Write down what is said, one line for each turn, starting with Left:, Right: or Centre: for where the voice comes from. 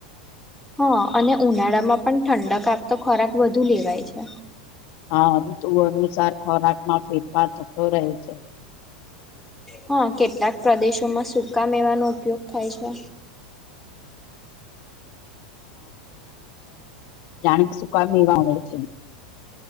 Centre: હા અને ઉનાળામાં પણ ઠંડક આપતો ખોરાક વધુ લેવાય છે
Left: હા ઋતુ અનુસાર ખોરાક માં ફેરફાર થતો રહે છે
Centre: હા કેટલાક પ્રદેશોમાં સકા મેવાનો ઉપયોગ થાય છે
Left: જાણી કે સુકાવ એવાગે છે